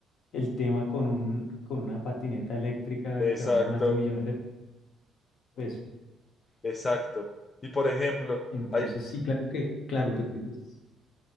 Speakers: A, on the left (about 70°); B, on the left (about 30°).
A: el tema con un, con una patineta eléctrica
B: exacto,
A: que vale más de un millón de pesos.
B: exacto. Y por ejemplo,
A: Entonces
B: hay,
A: sí, claro que, claro, lo que tú dices,